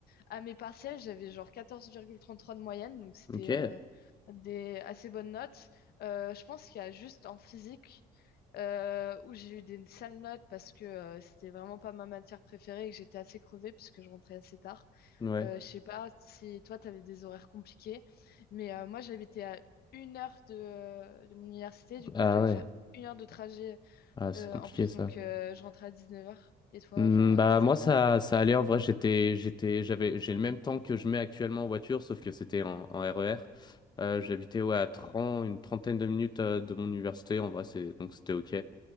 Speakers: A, on the left; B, on the left.
A: À mes partiels, j'avais genre quatorze virgule trente-trois de moyenne, donc c'était
B: Ok,
A: euh, des assez bonnes notes. Euh, je pense qu'il y a juste en physique euh, où j'ai eu des sales notes parce que euh, c'était vraiment pas ma matière préférée et que j'étais assez crevée puisque je rentrais assez tard.
B: ouais.
A: Euh, je sais pas si toi, tu avais des horaires compliqués, mais euh, moi, j'habitais à une heure de, de mon université, du coup,
B: Ah
A: je devais
B: ouais,
A: faire une heure de trajet
B: ah, c'est
A: euh,
B: compliqué
A: en plus,
B: ça.
A: donc euh, je rentrais à dix-neuf heures. Et toi,
B: Hmm,
A: genre,
B: bah
A: c'était
B: moi ça
A: quoi?
B: ça allait en vrai j'étais j'étais j'avais j'ai le même temps que je mets actuellement en voiture sauf que c'était en, en RER. Euh, j'habitais ouais à 30, une trentaine de minutes euh, de mon université en vrai c'est donc c'était ok.